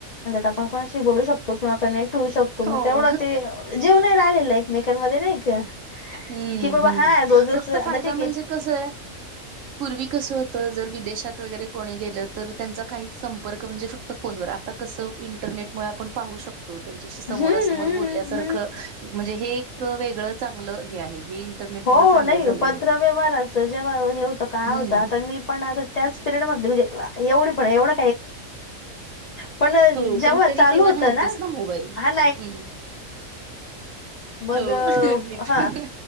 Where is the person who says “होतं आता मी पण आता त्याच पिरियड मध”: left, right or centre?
Left